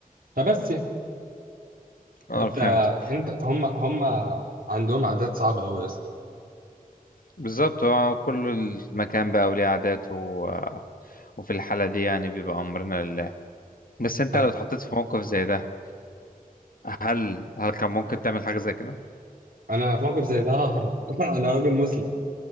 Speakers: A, on the right; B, on the left.
A: فبس يعني.
B: أه
A: انت
B: فهمت
A: انت هم هم عندهم عادات صعبة قوي يا اسطى
B: بالظبط هو كل المكان بقى وليه عاداته و- وفي الحالة دي يعني بيبقى أمرنا لله بس أنت
A: انا
B: لو اتحطيت في موقف زي ده هل هل كان ممكن تعمل حاجة زي كده؟
A: انا في موقف زي ده ههرب <laughs> انا راجل مسلم